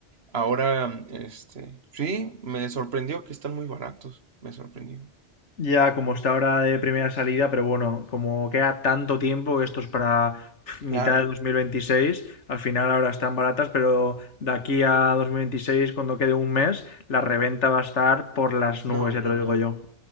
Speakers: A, on the right (about 65°); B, on the left (about 85°).
A: Ahora, mm, este, sí, me sorprendió que están muy baratos. Me sorprendió.
B: Ya como está ahora de primera salida, pero bueno, como queda tanto tiempo que esto es para pf, mitad
A: Claro.
B: de 2026, al final ahora están baratas, pero de aquí a 2026, cuando quede un mes, la reventa va a estar por las nubes,
A: No,
B: ya
A: no,
B: te lo
A: no.
B: digo yo.